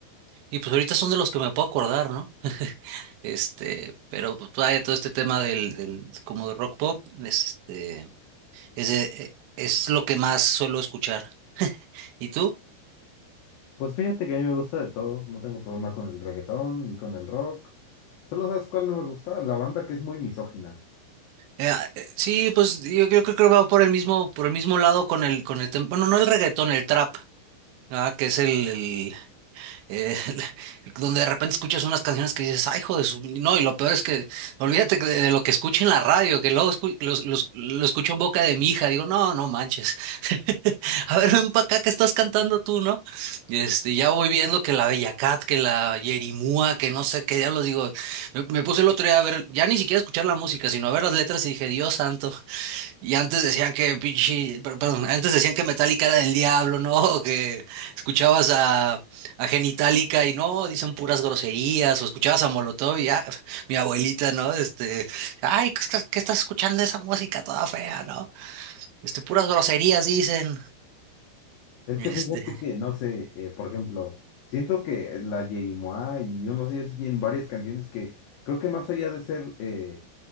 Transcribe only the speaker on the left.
Pues fíjate que a mí me gusta de todo, no tengo problema con el reggaetón ni con el rock. Solo sabes cuál no me gusta, la banda que es muy misógina.
Es
que fíjate que, no sé, eh, por ejemplo, siento que la Yerimoa y unos de ellos tienen varias canciones que creo que más allá de ser eh,